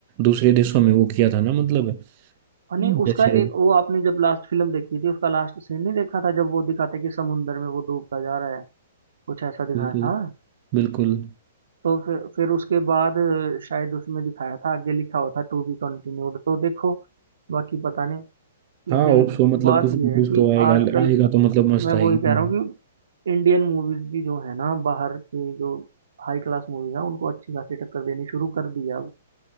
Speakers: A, on the right (about 30°); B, on the right (about 85°).
A: दूसरे देशों में वो किया था ना मतलब
B: फनी उसका
A: जैसे
B: एक वो आपने जब लास्ट फिल्म देखी थी उसका लास्ट सीन नहीं देखा था जब वो दिखाते कि समुंदर में वो डूबता जा रहा है कुछ ऐसा दिखाया
A: बिल्कुल
B: था
A: बिल्कुल
B: तो फिर फिर उसके बाद अ, शायद उसमें दिखाया था आगे लिखा हुआ था टू बी कंटिन्यूड तो देखो बाकी पता नहीं लेकिन
A: हाँ होप सो मतलब
B: बात
A: कुछ
B: ये है
A: कुछ
B: कि
A: तो आएगा
B: आजकल
A: आएगा तो मतलब मस्त
B: मैं
A: आएगी
B: वही कह रहा हूँ कि इंडियन मूवीज भी जो है ना बाहर के जो हाई क्लास मूवीज है उनको अच्छी खासी टक्कर देनी शुरू कर दिया